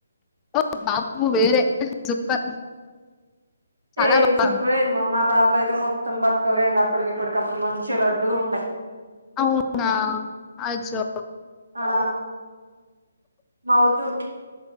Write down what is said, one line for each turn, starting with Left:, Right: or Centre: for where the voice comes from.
Left: ఓ బాబు వేరే సూపర్ చాలా
Right: ఏ
Left: బాగుంది
Right: సుపర్ ఏ మా బాబు అయితే మొత్తం బక్కగా అయ్యిండు అప్పటికి ఇప్పటికి అప్పుడు మంచిగా లడ్డుగా ఉండే
Left: అవునా అచ్చో
Right: ఆ మౌతు